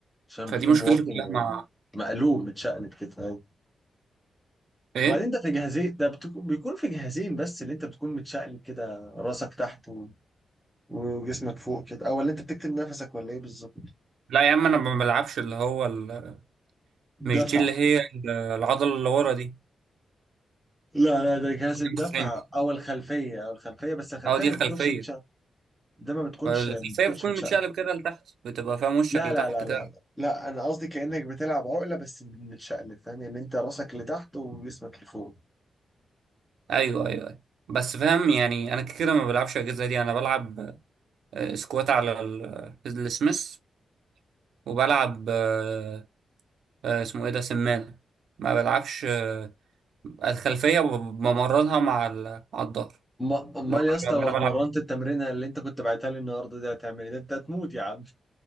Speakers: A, in the centre; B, on the right.
A: عشان
B: فدي
A: بتكون
B: مشكلتي
A: موطي
B: كلها مع
A: مقلوب متشقلب كده
B: ايه
A: وبعدين ده في جهازين ده بتك- بيكون في جهازين بس اللي انت بتكون متشقلب كده راسك تحت و- وجسمك فوق كده او اللي انت بتكتم نفسك ولا ايه بالظبط
B: لا يا عم انا ما بلعبش اللي هو ال... مش
A: دفع
B: دي اللي هي ال- العضله اللي ورا دي
A: لا لا ده جهاز الدفع
B: hamstring.
A: او الخلفيه او الخلفيه بس الخلفيه
B: اه دي
A: ما
B: خلفيه
A: بتكونش متشقلب ده ما بتكونش
B: الخلفيه
A: ما بتكونش
B: بتكون
A: متشقلب
B: متشقلب كده لتحت بتبقى فاهم وشك
A: لا
B: لتحت
A: لا لا
B: كده
A: لا لا انا قصدي كانك بتلعب عقله بس متشقلب فاهم يعني انت راسك لتحت وجسمك لفوق
B: ايوه ايوه أيوة. بس فاهم يعني انا كده ما بلعبش الاجهزه دي انا بلعب آه، سكوات على ال- السميث وبلعب آه، آه، اسمه ايه ده سمانة ما بلعبش آه، الخلفية ب- بمرنها مع ال- مع الظهر
A: ما- امال
B: لو انا
A: يا اسطى
B: وأنا
A: لو اتمرنت
B: بلعب
A: التمرينه اللي انت كنت بعتها لي النهارده دي هتعمل ايه ده انت هتموت يا عم